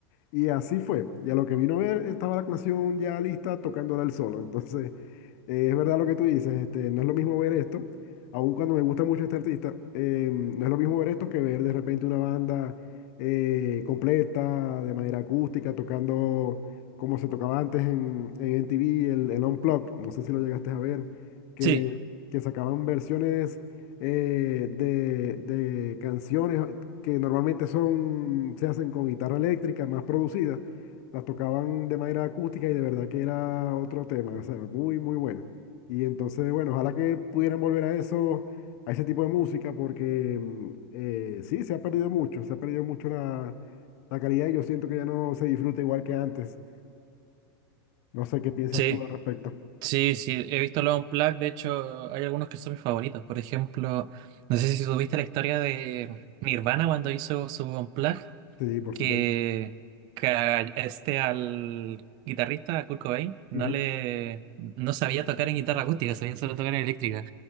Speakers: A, on the left; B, on the right.
A: Y así fue. Y a lo que vino a ver, estaba la canción ya lista tocándola él solo. Entonces, eh, es verdad lo que tú dices, este, no es lo mismo ver esto aun cuando me gusta mucho este artista, eh, no es lo mismo ver esto que ver de repente una banda eh, completa, de manera acústica, tocando como se tocaba antes en, en MTV, el, el Unplugged, no sé si lo llegaste a ver, que,
B: Sí,
A: que sacaban versiones eh, de, de canciones que normalmente son, se hacen con guitarra eléctrica, más producidas, las tocaban de manera acústica y de verdad que era otro tema, o sea, muy, muy buena. Y entonces, bueno, ojalá que pudieran volver a eso, a ese tipo de música, porque mm, eh, sí, se ha perdido mucho, se ha perdido mucho la, la calidad y yo siento que ya no se disfruta igual que antes. No sé qué piensas
B: sí.
A: tú al respecto.
B: Sí, sí, he visto los Unplugged, de hecho hay algunos que son mis favoritos. Por ejemplo, no sé si tuviste la historia de Nirvana cuando hizo su Unplugged.
A: Sí, por
B: que,
A: supuesto.
B: que a este al guitarrista a Kurt Cobain no
A: Ujú,
B: le no sabía tocar en guitarra acústica, sabía solo tocar en eléctrica.